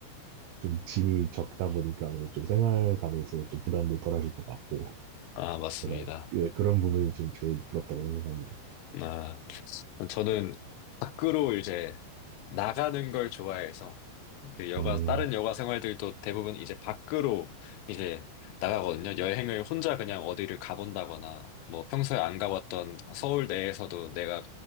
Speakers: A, on the right; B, on the left.
A: 좀 짐이 적다 보니까 아무래도 좀 생활감에 있어서 좀 부담도 덜 하실 것 같고,
B: 아, 맞습니다.
A: 제가 그- 그런 부분이 좀 제일 부럽다고 생각합니다.
B: 아. 저는 밖으로 이제 나가는 걸 좋아해서 그 여가
A: 음,
B: 다른 여가 생활들도 대부분 이제 밖으로 이제 나가거든요. 여행을 혼자 그냥 어디를 가본다거나 뭐 평소에 안 가봤던 서울 내에서도 내가